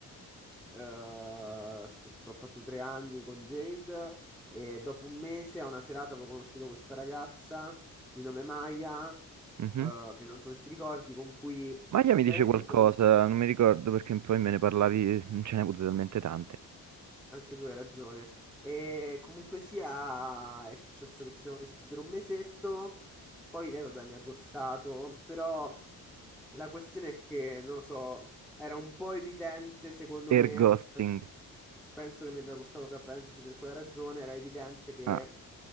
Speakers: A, in the centre; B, on the right.
A: eh, s- ho fatto tre anni con Jade e dopo un mese a una serata avevo conosciuto questa ragazza di nome Maya,
B: Mhm.
A: eh, che non so se ti ricordi, con cui
B: Maglia mi
A: praticamente
B: dice qualcosa,
A: mi sono visto...
B: non mi ricordo perché poi me ne parlavi, ce ne avute talmente tante.
A: Anche tu hai ragione. E comunque sia, è successo che ci siamo visti per un mesetto, poi eh, vabbè, mi ha ghostato, però la questione è che, non lo so, era un po' evidente secondo me,
B: Air ghosting.
A: eh, penso che mi abbia gustato tra parentesi per quella ragione, era evidente che
B: Ah,